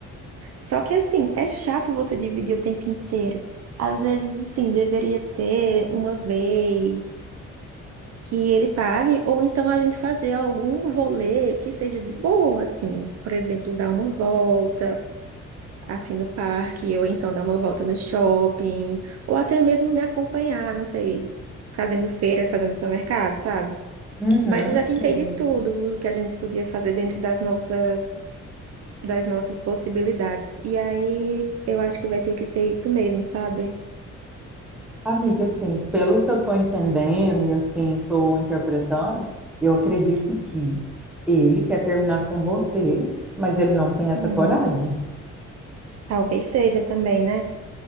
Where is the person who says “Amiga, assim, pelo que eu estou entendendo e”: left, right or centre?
Centre